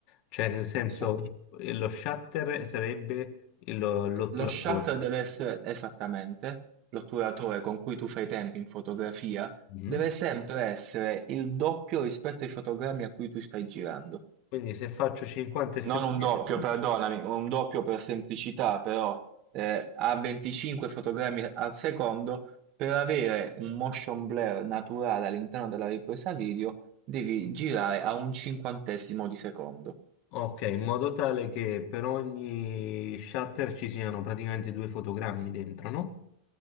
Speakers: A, on the left (about 45°); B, on the right (about 40°).
A: Cioè, nel senso,
B: So-
A: eh, lo shutter sarebbe il- l'otturatore.
B: Lo shutter deve essere esattamente l'otturatore con cui tu fai i tempi in fotografia
A: Mhm.
B: deve sempre essere il doppio rispetto ai fotogrammi a cui tu stai girando.
A: Quindi se faccio 50 fps,
B: Non un doppio, perdonami, un doppio per semplicità, però eh, a 25 fotogrammi al secondo, per avere un motion blur naturale all'interno della ripresa video, devi girare a un cinquantesimo di secondo.
A: ok, in modo tale che per ogni shutter ci siano praticamente due fotogrammi dentro, no?